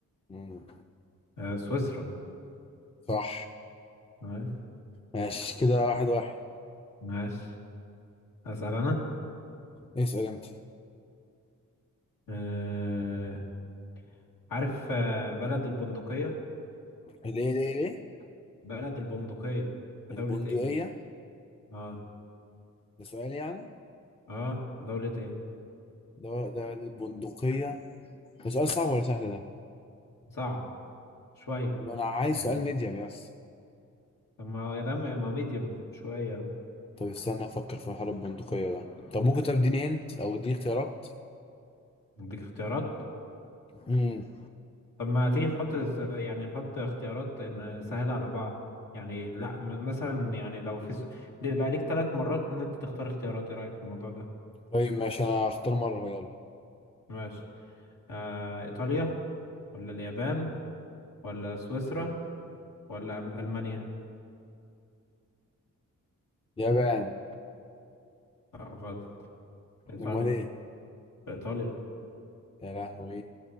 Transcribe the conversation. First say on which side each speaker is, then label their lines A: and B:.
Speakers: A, on the left; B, on the left.
A: مم.
B: آه سويسرا
A: صح
B: آه.
A: ماشي كده واحد واحد
B: ماشي اسأل انا
A: اسأل انت
B: آه عارف آه بلد البندقية
A: ليه ليه ليه
B: بلد البندقية في
A: البندقية
B: دولة ايه اه
A: ده سؤال يعني
B: اه في دولة ايه
A: ده ده البندقية ده سؤال صعب ولا سهل ده
B: صعب شوية
A: انا عايز
B: يعني
A: سؤال ميديم يس
B: طب ما هو يا ده م- ما ميديوم شوية أهو.
A: طب استنى افكر في حوار البندقية ده طب ممكن تديني هنت او اديني اختيارات
B: اديك اختيارات
A: امم
B: طب ما تيجي نحط س- يعني نحط اختيارات ن- سهلة على بعض يعني لا م- مثلا يعني لو في س... ليه بقى ليك ثلاث مرات ان انت تختار اختيارات ايه رأيك في الموضوع ده
A: طيب ماشي انا هختار مرة هو يلا
B: ماشي آه ايطاليا ولا اليابان ولا سويسرا ولا أم- المانيا
A: يابان
B: آه غلط ايطاليا
A: امال ايه
B: ايطاليا
A: يا لهوي